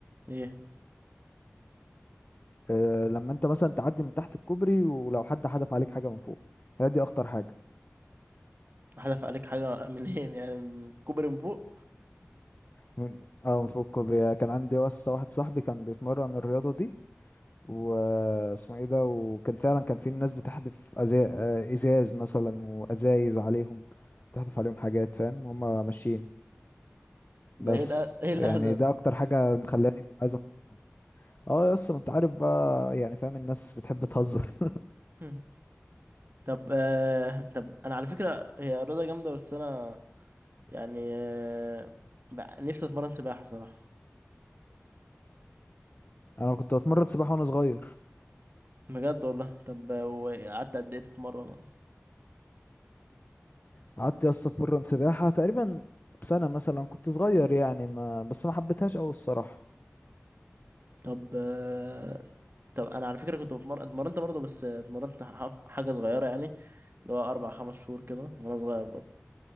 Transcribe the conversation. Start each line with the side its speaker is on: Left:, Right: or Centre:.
Right: ايه
Left: آه لما انت مثلا تعدي من تحت الكوبري ولو حد حدف عليك حاجة من فوق هي دي اخطر حاجة
Right: حدف عليك حاجة منين يعني من كوبري من فوق
Left: من اه من فوق الكوبري آه، كان عندي واسطة واحد صاحبي كان بيتمرن الرياضة دي واسمه ايه ده وكان فعلا كان في ناس بتحدف أزا... آه، ازاز مثلا وازايز عليهم بتحدف عليهم حاجات فاهم هما ماشيين
Right: ده
Left: بس
Right: ايه الأ... ايه
Left: يعني
Right: الأذى
Left: ده
Right: ده
Left: اكتر حاجة مخلاني عايز أت- اه يا اسطى ما انت عارف بقى يعني فاهم الناس بتحب تهزر
Right: <laughs> طب آه... طب انا على فكرة هي رياضة جامدة بس انا يعني آه... بق- نفسي اتمرن سباحة صراحة
Left: <laughs> انا كنت بتمرن سباحة وانا صغير
Right: بجد والله طب آه، وقعدت قد ايه تتمرن
Left: قعدت يا اسطى اتمرن سباحة تقريبا سنة مثلا كنت صغير يعني ما بس ما حبيتهاش قوي الصراحة
Right: طب آه... طب انا على فكرة كنت بتمرن اتمرنت برضه بس آه، اتمرنت ح- حاجة صغيرة يعني اللي هو اربع خمس شهور كده وانا صغير برضه